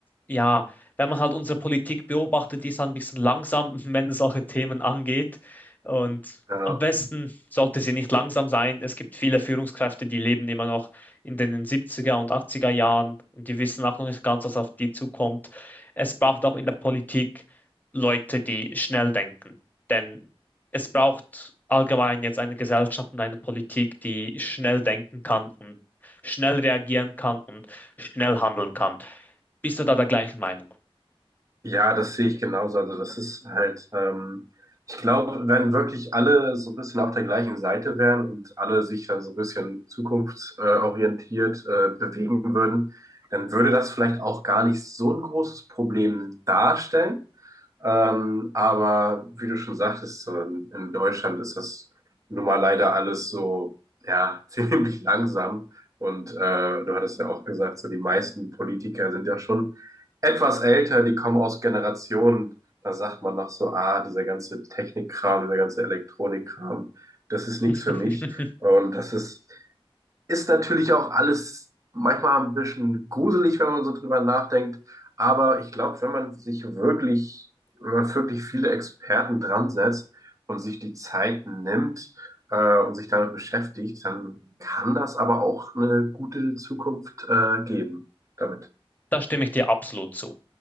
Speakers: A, on the left; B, on the right.
A: ja, wenn man halt unsere Politik beobachtet, die ist halt ein bisschen langsam, <laughs> wenn es solche Themen angeht. Und
B: ja.
A: am besten sollte sie nicht langsam sein. Es gibt viele Führungskräfte, die leben immer noch in den siebziger und achtziger Jahren und die wissen auch noch nicht ganz, was auf die zukommt. Es braucht auch in der Politik Leute, die schnell denken. Denn es braucht allgemein jetzt eine Gesellschaft und eine Politik, die schnell denken kann und schnell reagieren kann und schnell handeln kann. Bist du da der gleichen Meinung?
B: Ja, das sehe ich genauso. Also das ist halt, ähm, ich glaube, wenn wirklich alle so ein bisschen auf der gleichen Seite wären und alle sich dann so ein bisschen zukunftsorientiert äh, bewegen würden, dann würde das vielleicht auch gar nicht so ein großes Problem darstellen. Ähm, aber wie du schon sagtest, so in, in Deutschland ist das nun mal leider alles so, ja, <laughs> ziemlich langsam. Und äh, du hattest ja auch gesagt, so die meisten Politiker sind ja schon etwas älter, die kommen aus Generationen, da sagt man noch so, ah, dieser ganze Technikkram, dieser ganze Elektronikkram, das ist nichts
A: <laughs>
B: für mich. Und das ist, ist natürlich auch alles manchmal ein bisschen gruselig, wenn man so drüber nachdenkt. Aber ich glaube, wenn man sich wirklich, wenn man wirklich viele Experten dran setzt und sich die Zeit nimmt äh, und sich damit beschäftigt, dann kann das aber auch eine gute Zukunft äh, geben damit.
A: Da stimme ich dir absolut zu.